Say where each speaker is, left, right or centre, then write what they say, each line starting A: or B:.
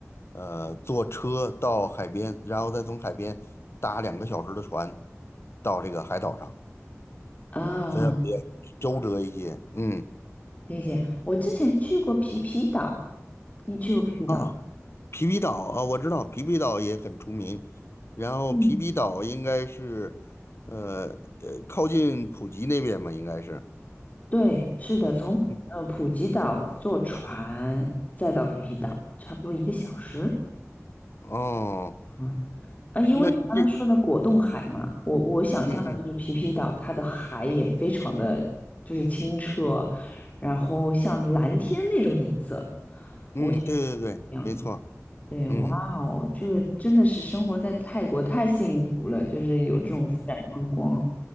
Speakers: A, on the left (about 55°); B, on the left (about 30°).
A: 呃坐车到海边，然后再从海边搭两个小时的船到这个海岛上，
B: 啊，
A: 所以要比较周折一些。嗯
B: 理解。我之前去过皮皮岛，你去过皮皮岛吗？
A: 啊，皮皮岛啊，我知道皮皮岛也很出名，然后皮皮岛应该是呃呃靠近普吉那边吧，
B: 嗯，
A: 应该是。
B: 对，是的，从呃普吉岛坐船再到皮皮岛，
A: 嗯
B: 差不多一个小时。
A: 哦，
B: 啊。啊，因为你刚才说的果冻海嘛，
A: 那这
B: 我我想象的就是皮皮岛，
A: 嗯嗯
B: 它的海也非常的就是清澈，然后像蓝天那种颜色，
A: 嗯，
B: 我想
A: 对对对，
B: 这样子。
A: 没错，
B: 对，
A: 嗯。
B: 哇哦，这个真的是生活在泰国太幸福了，就是有这种自然风光。